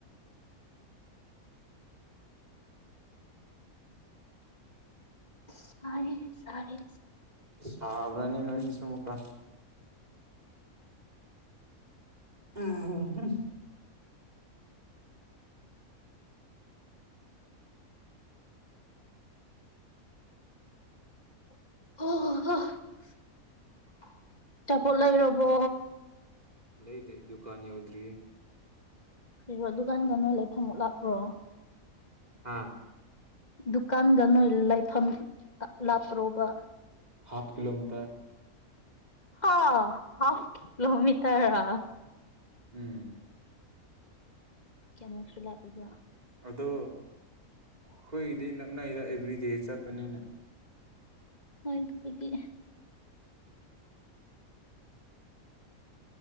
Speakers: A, on the left; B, on the right.
A: ꯁꯥꯔꯦ ꯁꯥꯔꯦ
B: ꯁꯥꯕ꯭ꯔꯅꯦ ꯅꯣꯏꯗꯁꯨ ꯃꯨꯀꯥ ꯎꯝ ꯍꯨ ꯍꯨꯝ
A: ꯑꯣ ꯍꫭ ꯍꫭ ꯑꯆꯥꯄꫭꯠ ꯂꯩꯔꯕꯣ
B: ꯂꯩꯗ꯭ꯔꯤ ꯗꯨꯀꯥꯟ ꯌꯧꯗ꯭ꯔꯤꯍꯦ
A: ꯀꯩꯔꯣ ꯗꯨꯀꯥꯟꯒ ꯅꯣ ꯂꯩꯐꯝꯃꯨꯛ ꯂꯥꯛꯄ꯭ꯔꯣ
B: ꯍꯥꯥ
A: ꯗꯨꯀꯥꯟꯗ ꯅꯣꯏ ꯂꯩꯐꯝ ꯂꯥꯞꯄ꯭ꯔꯣꯕ
B: ꯍꯥꯐ ꯀꯤꯂꯣꯃꯤꯇꯔ
A: ꯍꯥꯂꯣꯃꯤ ꯇꯔ
B: ꯎꯝ
A: ꯀꯌꯥꯃꯨꯛꯁꯨ ꯂꯥꯛꯄꯤꯕ
B: ꯑꯗꯣ ꯑꯩꯈꯣꯏꯒꯤꯗꯤ ꯅꯛꯅꯏꯗ ꯑꯦꯕ꯭ꯔꯤꯗꯦ ꯆꯠꯄꯅꯤꯅ
A: ꯍꯣꯏ ꯑꯗꯨꯕꯨꯒ